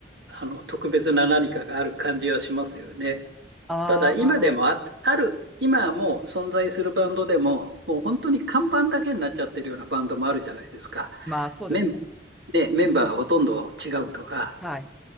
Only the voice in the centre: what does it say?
ああ、
まあそうですね。
はい。